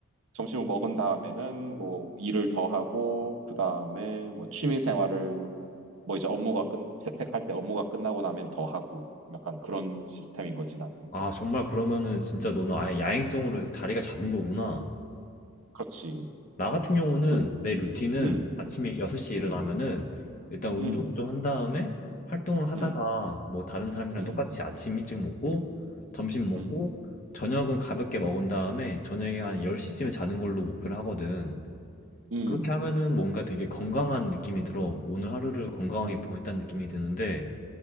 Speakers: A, on the right; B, on the left.
A: 점심을 먹은 다음에는 뭐 일을 더 하고 그다음에 뭐 취미 생활을 뭐 이제 업무가 끝 재택할 때 업무가 끝나고 나면 더 하고 약간 그런 시스템인 거지 나는.
B: 아, 정말 그러면은 진짜 너는 아예 야행성으로
A: 음.
B: 자리가 잡은 거구나.
A: 그렇지.
B: 나 같은 경우는
A: 그,
B: 내 루틴은
A: 음,
B: 아침에 6시에
A: 음,
B: 일어나면은 일단 운동을
A: 음,
B: 좀 한 다음에 활동을 하다가
A: 음,
B: 뭐 다른 사람이랑
A: 음,
B: 똑같이 아침 일찍 먹고 점심 먹고
A: 음,
B: 저녁은 가볍게 먹은 다음에 저녁에 한 10시쯤에 자는 걸로 목표를 하거든.
A: 음,
B: 그렇게 하면은 뭔가 되게 건강한 느낌이 들어. 오늘 하루를 건강하게
A: 음,
B: 보냈다는 느낌이 드는데